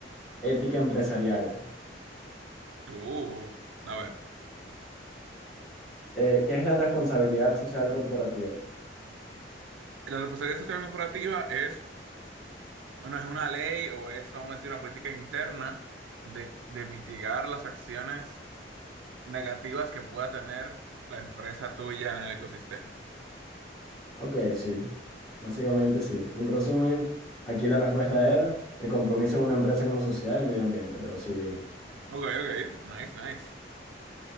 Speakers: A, in the centre; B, on the right.
A: ética empresarial.
B: Uh, a ver.
A: Eh, ¿qué es la responsabilidad social corporativa?
B: La responsabilidad social corporativa es, bueno, es una ley o es, vamos a decir, una política interna de, de mitigar las acciones negativas que pueda tener la empresa tuya en el ecosistema.
A: Ok, sí. Básicamente sí. Un resumen. Aquí la respuesta era el compromiso de una empresa con la sociedad y el medio ambiente, pero sí, bien.
B: Ok, ok, nice, nice.